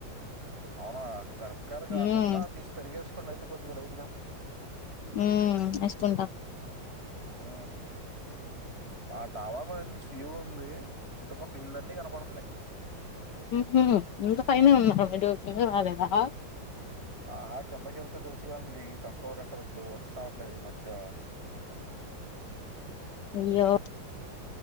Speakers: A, on the right; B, on the left.
A: అవునా మిరపకాయలు కాకుండా
B: మ్మ్
A: తీసి పెరిగేసుకొండి అయితే కొద్దిగా లైట్గా
B: ఉమ్ వేసుకుంటా
A: ఆ మా టవా మ <unintelligible> ఉంది చుట్టుపక్కల ఇళ్ళన్నీ కనపడుతున్నాయి
B: మ్ మ్హ ఇంత పైన ఉన్నారు మోజు రాలేదా
A: ఆ కిందకి వెళ్తే తెలుసు కదండి తక్కువ రెంటవరకులు వచ్చి సావట్లేదు ఈ మధ్య
B: యయ్యె